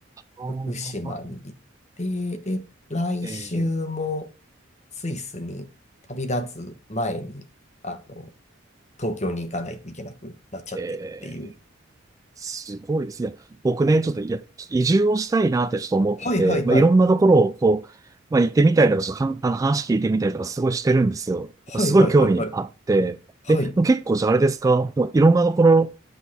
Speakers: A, on the right (about 15°); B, on the left (about 35°).
A: ー、
B: 福島に行って、
A: あー
B: で、来週も
A: え
B: スイスに旅立つ前に、あの、東京に行かないといけなくなっちゃってっていう。
A: ー、えー、すごいです。いや、僕ね、ちょっと、いや、ちょっと移住をしたいなってちょっと思ってて、
B: はいはいはい。
A: まあ、いろんなところをこう、まあ、行ってみたりとか、ちょっとかんあの話聞いてみたりとか、すごいしてるんですよ。
B: はいはいはいはい。
A: すごい興味あって。
B: はい。
A: え、もう結構じゃああれですかもういろんなところ、